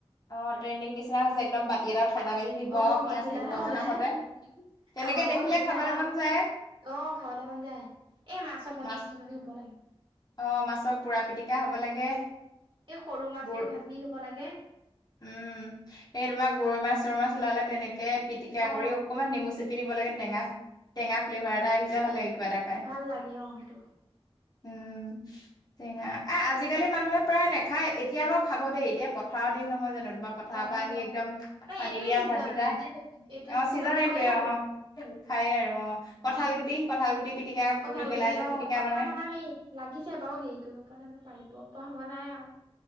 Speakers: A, on the left; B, on the right.
A: অ ট্ৰেইনিং নিচিনা হৈছে একদম বা এতি এ তাত সজা মেলি দিব
B: অ
A: আৰু পিয়াজ
B: বাতি এটাত
A: কেইটপা
B: সজাই
A: মানৰ সতে, তেনেকে
B: আমাৰ বাৰু
A: দেখিলে
B: এইবোৰ
A: খাবলে
B: নাই আৰু
A: মন যায়।
B: অ খাবলৈ মন যায়, এ মাছৰ ভাজি
A: মাছ
B: চাছৰ ভাজি শুব লাগে।
A: অ মাছৰ পুৰা পিটিকা হ'ব লাগে
B: এই সৰু মাছটো
A: বোৰ
B: ভাজি হব লাগে।
A: উম এই তোমাৰ গৰৈ মাছ চৰৈ মাছ ওলালে তেনেকে পিটিকা
B: অ
A: কৰি অকনমান নেমু চেপি দিব লাগে, টেঙা টেঙা ফ্লেভাৰ এটা আহি যাই ভাল লাগে। কিবা এটা খাই
B: ভাল লাগে অ সেইটো।
A: উম, টেঙা, এ, আজিকালি মানুহে প্ৰায় নেখায়। এতিয়া বাৰু খাব দেই, এতিয়া পথাৰত জানো, তোমাৰ পথাৰৰ পৰা
B: দিন
A: আহি
B: অ
A: একদম,
B: ন
A: পানী
B: এইটোৱে
A: দিয়া
B: ছিজন
A: ভাতকেইটা,
B: এইটো
A: অ',
B: ছিজনত
A: ছিজন
B: খায়েই
A: এইটোৱেই, অ'
B: আৰু
A: খায়ে আৰু অ', কঁঠাল
B: উম
A: গুটি, কঁঠাল গুটি পিটিকা
B: কঁঠাল
A: পুৰি পেলাই
B: গুটি
A: যে
B: অ',
A: পিটিকা
B: কঁঠাল
A: বনাই
B: আমাৰ হেৰি, লাগিছে বাৰু, হেৰি কৰিব পৰা নাই, মানে পাৰিব পৰা হোৱা নাই আৰু